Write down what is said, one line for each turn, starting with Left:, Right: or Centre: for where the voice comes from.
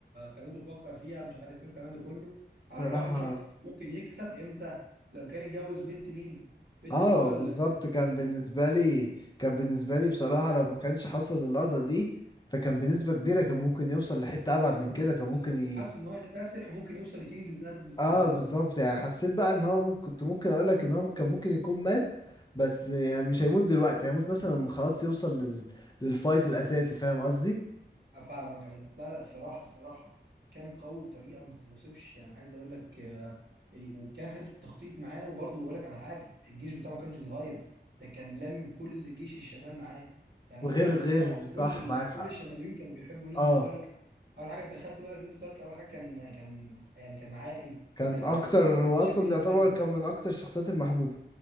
Right: خلته يفكر فيها مش عارف ايه والكلام ده كله
Left: بصراحه
Right: على الرغم شفت ممكن يكسب امتى لو كان اتجوز بنت مين بنت
Left: اه
Right: اللي هو ال...
Left: بالظبط كان
Right: ال-
Left: بالنسبه لي كان بالنسبه لي بصراحه لو ما كانش حصل اللقطه دي فكان بنسبه كبيره كان ممكن يوصل لحته ابعد من كده كان ممكن
Right: انا كنت
Left: ي...
Right: حاسس ان هو يكتسح وممكن يوصل لكينجز لاندز
Left: اه
Right: نفسها
Left: بالظبط يعني حسيت بقى ان هو ممكن كنت ممكن اقول لك ان هو كان ممكن يكون مات بس يعني مش هيموت دلوقتي هيموت مثلا لما خلاص يوصل لل... للفايت الاساسي فاهم قصدي
Right: افهمك ايوه لا لا الصراحه الصراحه كان قوي بطريقه ما تتوصفش يعني عايز اقول لك آه، إيه، وكان حته تخطيط معاه وبرضه بقول لك على حاجه الجيش بتاعه ما كانش صغير ده كان لامم كل جيش الشمال معاه يعني
Left: وغير
Right: في الوقت
Left: غير
Right: ده طبعا
Left: صح
Right: كل
Left: معاك
Right: كل
Left: حق
Right: الشماليون كانوا بيحبوا نيد
Left: اه
Right: ستارك اول حاجه انت خدت بالك نيد ستارك اول حاجه كان كان يعني كان عاقل
Left: كان
Right: وكان
Left: اكتر
Right: حكيم وما كانش
Left: هو اصلا
Right: بيظلم
Left: ده يعتبر كان من اكتر الشخصيات المحبوبه